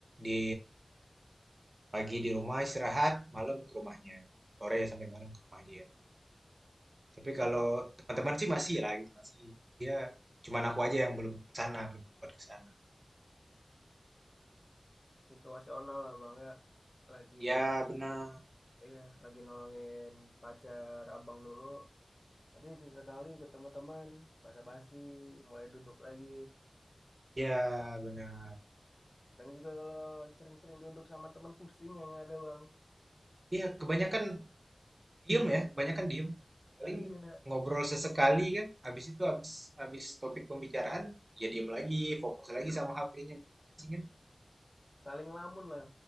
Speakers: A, on the right; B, on the left.
A: di Pagi di rumah istirahat, malam ke rumahnya. Sore sampai malam ke rumah dia. Tapi
B: hmm,
A: kalau teman-teman sih masih lah gitu, masih. Dia cuman aku aja yang belum ke sana, belum sempat ke sana.
B: situasional lah Bang ya. Lagi,
A: Ya benar,
B: iya, lagi nolongin pacar Abang dulu. Nanti sesekali ketemu teman, basa-basi, mulai duduk lagi.
A: ya benar.
B: Dan juga kalau sering-sering duduk sama teman pusing yang ada Bang.
A: Ya kebanyakan diem ya, kebanyakan diem. Paling
B: Iya,
A: ngobrol sesekali kan, habis itu habis habis topik pembicaraan, ya diem lagi, fokus
B: ya.
A: lagi
B: Bang.
A: sama HP-nya masing-masing kan.
B: saling lamun lah.